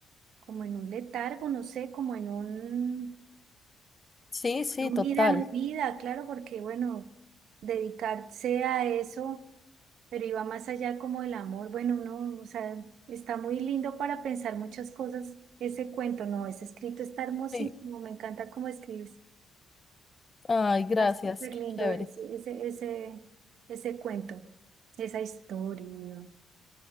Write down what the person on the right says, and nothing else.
como en un letargo, no sé, como en un,
un
vida no vida, claro, porque bueno, dedicarse a eso. pero iba más allá como el amor. Bueno, no, o sea, está muy lindo para pensar muchas cosas ese cuento, no, ese escrito está hermosísimo,
me encanta cómo escribes.
Está súper
lindo
ese, ese, ese, ese cuento, esa historia.